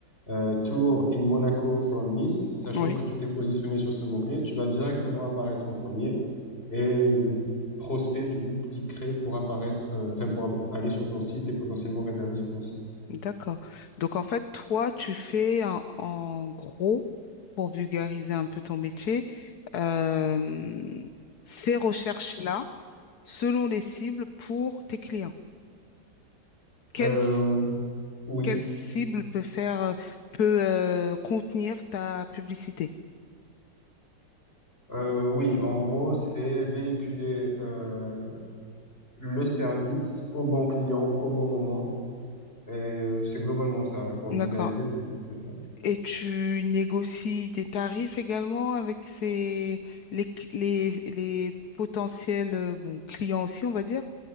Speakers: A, on the left (about 30°); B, on the left (about 65°).
A: euh, Tour in Monaco from Nice, sachant
B: oui,
A: que tu t'es positionné sur ce mot-clé, tu vas directement apparaître en premier. Et le prospect, du coup, cliquerait pour apparaître, euh, enfin, pour av- aller sur ton site et potentiellement réserver sur ton site.
B: d'accord. Donc en fait, toi, tu fais en, en gros, pour vulgariser un peu ton métier, euh, ces recherches-là, selon les cibles pour tes clients. Quelle,
A: Euh,
B: c-
A: oui.
B: quelle cible peut faire, euh, peut euh, contenir ta publicité?
A: Euh, oui, en gros, c'est véhiculer euh, le service au bon client, au bon moment Et euh, c'est globalement ça, ouais. Pour
B: D'accord.
A: vulgariser, c'est c'est ça.
B: Et tu négocies des tarifs également avec ces, les, cl- les, les potentiels euh, bon, clients aussi, on va dire.